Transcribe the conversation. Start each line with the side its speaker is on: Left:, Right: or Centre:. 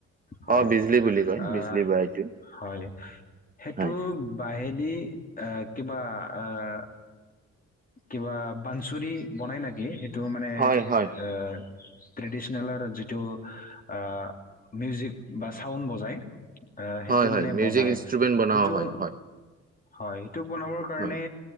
Left: হয়,
Right: অ বিজলী বুলি কয়
Left: আহ,
Right: বিজলী বা এইটো
Left: হয়। সেইটো
Right: হয়
Left: বাহেদি আহ, কিবা আহ, কিবা বানচুৰি বনাই নাকি সেইটো মানে
Right: হয় হয়
Left: এ ট্ৰেডিচনেলৰ যিটো আ মিউজিক বা চাউণ্ড বজায় আহ সেইটো
Right: হয় হয়
Left: মানে
Right: মিউজিক
Left: বনাই,
Right: ইনষ্ট্ৰুমেণ্ট বনোৱা
Left: সেইটো
Right: হয় হয়
Left: হয়, সেইটো বনাবৰ কাৰণে
Right: হয়